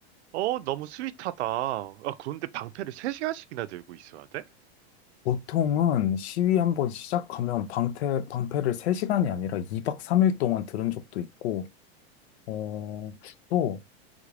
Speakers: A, on the right; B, on the left.
A: 어, 너무 스윗하다. 아, 그런데 방패를 3시간씩이나 들고 있어야 돼?
B: 보통은 시위 한번 시작하면 방패, 방패를 3시간이 아니라 2박 3일 동안 들은 적도 있고, 어, 또